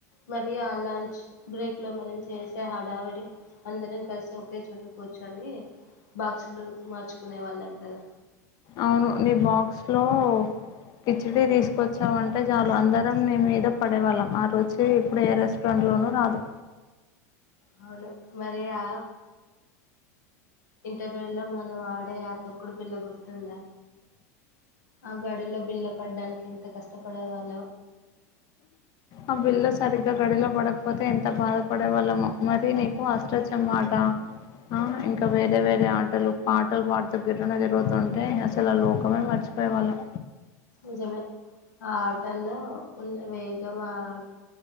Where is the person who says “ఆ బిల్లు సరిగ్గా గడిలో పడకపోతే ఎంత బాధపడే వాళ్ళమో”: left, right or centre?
Left